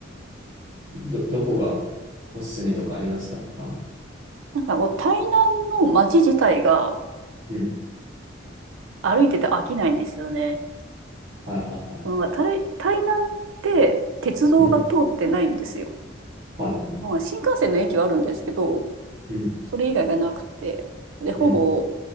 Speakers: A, on the right; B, on the right.
A: ど、どこがおすすめとかありましたか
B: なんかもう台南の街自体が
A: うん。
B: 歩いてて飽きないんですよね。
A: はいはいは
B: なんか台、台南って鉄道が通ってないんですよ。
A: い。うん。はいはい。
B: まあ、新幹線の駅はあるんですけど、
A: うん。
B: それ以外がなくて、で、ほぼ、
A: うん。